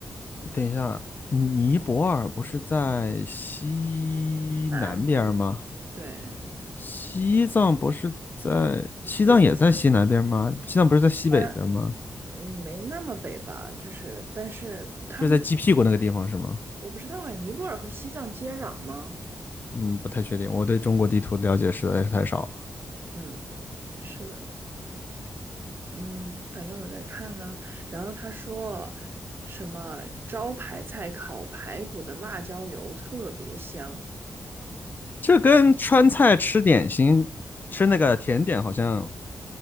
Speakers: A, on the left; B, on the right.
A: 等一下，尼泊尔不是在西南边吗？
B: 南对，
A: 西藏不是在，西藏也在西南边吗？
B: 对，
A: 西藏不是在西北边吗？
B: 它嗯，没那么北吧，就是，但是他们
A: 就是在鸡屁股那个地方是吗？
B: 我不知道哎，尼泊尔和西藏接壤吗？
A: 嗯，不太确定，我对中国地图了解实在是太少了。
B: 嗯，是的。嗯，反正我在看呢。然后他说什么招牌菜烤排骨的辣椒油特别香，
A: 这跟川菜吃点心、吃那个甜点好像，